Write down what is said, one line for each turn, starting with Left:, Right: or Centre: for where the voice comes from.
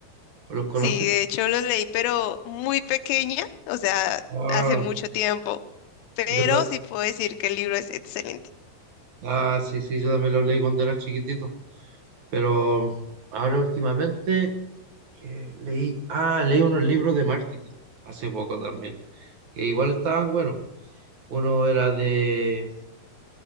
Right: ¿O los conoces?
Left: Sí, de hecho los leí, pero muy pequeña, o sea,
Right: Ah,
Left: hace mucho tiempo. pero
Right: yo ta-
Left: sí puedo decir que el libro es excelente.
Right: ah, sí, sí, yo también los leí cuando era chiquitito. Pero ahora últimamente eh, leí, ah, leí unos libros de marketing hace poco también, que igual estaban buenos. Uno era de